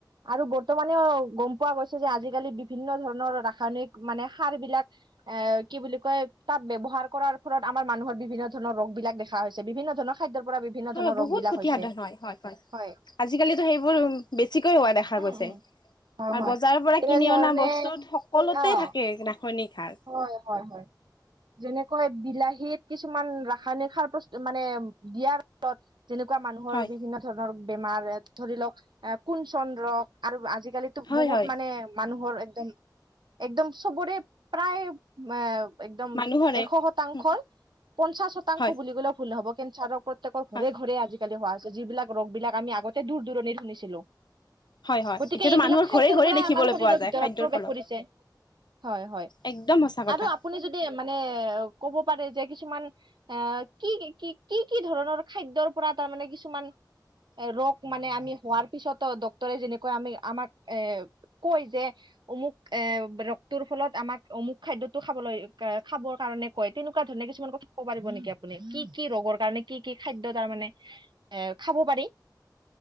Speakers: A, on the right (about 80°); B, on the left (about 70°).
A: আৰু বৰ্তমানেও গম পোৱা গৈছে যে, আজিকালি বিভিন্ন ধৰণৰ ৰাসায়নিক মানে সাৰ বিলাক এ কি বুলি কয়, তাত ব্যৱহাৰ কৰাৰ ফলত আমাৰ মানুহৰ বিভিন্ন ধৰণৰ ৰোগ বিলাক দেখা হৈছে, বিভিন্ন ধৰণৰ খাদ্যৰ পৰা বিভিন্ন
B: হয়
A: ধৰণৰ
B: বহুত
A: ৰোগ বিলাক
B: ক্ষতি
A: হৈছে,
B: সাধন হয় হয়
A: হয়।
B: আজিকালিতো সেইবোৰ বেছিকৈ হোৱা দেখা
A: হয়
B: দেখা গৈছে, আৰু
A: হয়।
B: বজাৰৰ পৰা
A: তেনেধৰণে
B: কিনি অনা বস্তুত সকলোতেই
A: অ'।
B: থাকে এইবিলাক ৰাসায়নিক সাৰ।
A: হয়, হয়, হয়। যেনেকৈ বিলাহীত কিছুমান ৰাসায়নিক সাৰ প্ৰস্তু মানে দিয়াৰ তত যেনেকুৱা মানুহৰ
B: হয়
A: বিভিন্ন ধৰণৰ বেমাৰ, ধৰি লওক কুঞ্চদ্ৰ' আৰু আজিকালি ত
B: হয়
A: বহুত
B: হয়
A: মানে মানুহৰ একদম, একদম চবৰে প্ৰায় মা একদম
B: মানুহৰে
A: এশ শতাংশই
B: উম,
A: পঞ্চাশ শতাংশ
B: হয়
A: বুলি ক'লেও ভুল নহব, কেঞ্চাৰৰ প্ৰত্যেকৰ ঘৰে
B: হয়
A: ঘৰে আজিকালি হোৱা হৈছে, যিবিলাক ৰোগ বিলাক আমি আগতে দূৰ দূৰণিত শুনিছিলো।
B: হয় হয়
A: গতিকে
B: এতিয়াতো
A: এইবিলাক
B: মানুহৰ
A: খাদ্যৰ
B: ঘৰে ঘৰে
A: পৰাই
B: দেখিবলৈ
A: আমাৰ শৰীৰৰ
B: পোৱা যায়
A: ভিতৰত
B: খাদ্যৰ
A: প্ৰৱেশ
B: ফলত
A: কৰিছে, হয় হয়।
B: একদম সঁচা। কথা
A: আৰু আপুনি যদি মানে ক'ব পাৰে যে, কিছুমান অহ, কি কি, কি কি ধৰণৰ খাদ্যৰ পৰা তাৰমানে কিছুমান ৰোগ মানে আমি হোৱাৰ পিছতো, ডক্তৰে যেনেকৈ আমি আমাক এ কয় যে, অমুক এ ৰোগটোৰ ফলত আমাক অমুক খাদ্যটো খাবলৈ খাবৰ কাৰণে কয়, তেনেকুৱা ধৰণে কিছুমান কথা ক'ব পাৰিব নেকি আপুনি? কি কি ৰোগৰ কাৰণে কি কি খাদ্য তাৰ মানে এ খাব পাৰি?